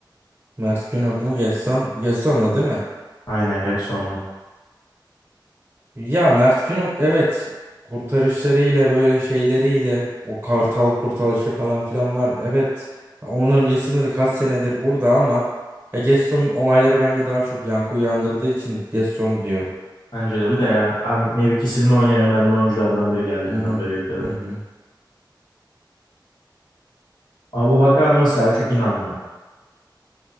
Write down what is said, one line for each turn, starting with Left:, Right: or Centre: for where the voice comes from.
Right: Mert Günok mu Gesson? Gesson'la değil mi?
Left: Aynen Gedson'la.
Right: Ya Mert Günok evet kurtarışlarıyla böyle şeyleriyle o kartal kurtarışı falan filan var. Evet onun öncesinde de kaç senedir burada ama ya Gesson'un olayları bence daha çok yankı uyandırdığı için Gesson diyorum.
Left: Bence de bir de yani hem mevkisinde oynayan önemli oyunculardan biri geldiğinden
Right: Hı hı.
Left: beri ülkede.
Right: Hı hı.
Left: Abubakar mı Selçuk İnan mı?